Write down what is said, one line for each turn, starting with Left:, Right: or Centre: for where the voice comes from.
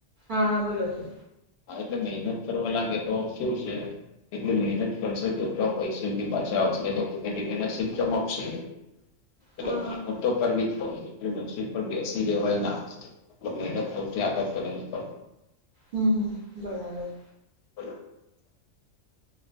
Right: હા હા બોલો બોલો
Left: હા એટલે મહેનત કરવા લાગે તો કેવુ છે. એટલી મહેનત કરશે તો એટલા પૈસા એની પાસે આવશે તો ધીમે ધીમે નસીબ ચમકશે ને
Right: હા
Left: એ હું તો પર બ એટ નસીબ પણ બેસી દેવાય ના મહેનતતી આગળ કરની પણ
Right: હમ હમ બરાબર
Left: બોલો